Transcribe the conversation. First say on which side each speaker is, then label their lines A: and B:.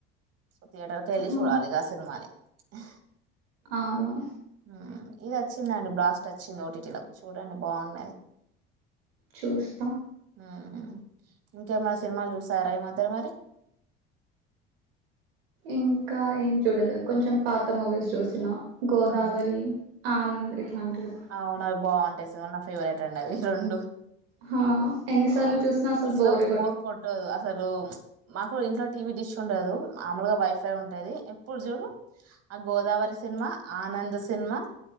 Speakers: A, on the right; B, on the right.
A: సో థియేటర్ కి వెళ్ళి
B: హా
A: చూడాలి ఇగ ఆ సినిమాని ఆ
B: అవును
A: ఉ ఇది వచ్చిందండి బ్లాస్ట్ వచ్చింది ఓటీటీలకు చూడండి బావున్నది
B: చూస్తా
A: ఉ హు ఇంకేమనా సినిమాలు చూసారా ఈ మధ్య మరి
B: ఇంకా ఏం చూడలేదు కొంచెం పాత మూవీస్ చూసినా గోదావరి
A: అవును
B: ఆనంద్ ఇట్లాంటివి
A: అవునవి బావుంటాయి నిజంగ నా ఫేవరెట్ అండి అవి రెండు
B: హా ఎన్నిసార్లు
A: ఆ
B: చూసినా
A: అసలు
B: బోరే
A: బోర్ కొట్టదు, అసలు మాకు ఇంట్లో టీవీ డిష్ ఉండదు, మామూలుగా వైఫై ఉంటది. ఎప్పుడు చూడు ఆ గోదావరి సినిమా, ఆనంద్ సినిమా